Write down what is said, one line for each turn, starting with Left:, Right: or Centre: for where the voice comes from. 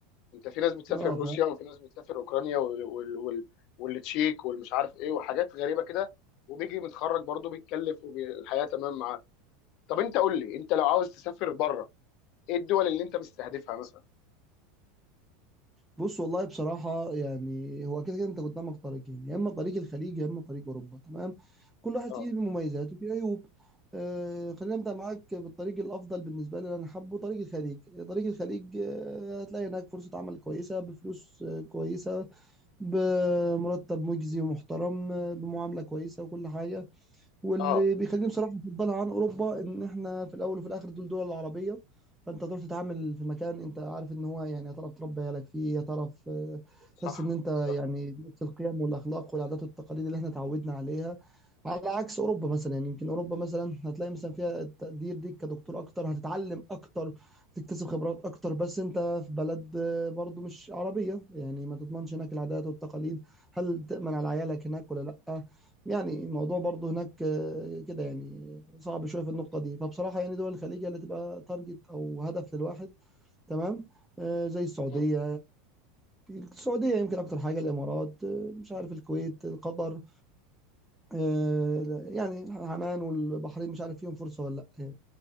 Left: انت في ناس بتسافر
Centre: اه
Left: روسيا وفي ناس بتسافر اوكرانيا وال... وال... وال... والتشيك والمش عارف ايه وحاجات غريبه كده وبيجي متخرج برضه بيتكلف والحياه تمام معاه طب انت قول لي انت لو عاوز تسافر بره ايه الدول اللي انت مستهدفها مثلا
Centre: بص والله بصراحة يعني هو كده كده انت قدامك طريقين يا اما طريق الخليج يا اما طريق اوروبا تمام كل واحد
Left: اه
Centre: فيه مميزات وفيه عيوب آه خلينا نبدأ معاك بالطريق الافضل بالنسبة لي اللي انا حابه طريق الخليج طريق الخليج آه هتلاقي هناك فرصة عمل كويسة بفلوس آه كويسة بمرتب مجزي ومحترم آه بمعاملة كويسة وكل حاجة واللي
Left: اه
Centre: بيخليني بصراحه افضلها عن اوروبا ان احنا في الاول وفي الاخر دول دول العربيه فانت هتروح تتعامل في مكان انت عارف ان هو يعني هتعرف تربي عيالك فيه هتعرف آه،
Left: صح
Centre: تحس ان انت
Left: صح
Centre: يعني نفس القيم والاخلاق والعادات والتقاليد اللي احنا اتعودنا عليها على عكس اوروبا مثلا يعني يمكن اوروبا مثلا هتلاقي مثلا فيها التقدير ليك كدكتور اكتر هتتعلم اكتر تكتسب خبرات اكتر بس انت في بلد آه، برضو مش عربيه يعني ما تضمنش هناك العادات والتقاليد هل تأمن
Left: مم.
Centre: على عيالك هناك ولا لا يعني الموضوع برضه هناك آه، كده يعني صعب شويه في النقطه دي فبصراحه يعني دول الخليج هي اللي تبقى تارجت او هدف للواحد تمام آه، زي السعوديه
Left: مم.
Centre: السعوديه يمكن اكتر حاجه الامارات آه، مش عارف الكويت قطر آه، لا، يعني عمان والبحرين مش عارف فيهم فرصه ولا لا يعني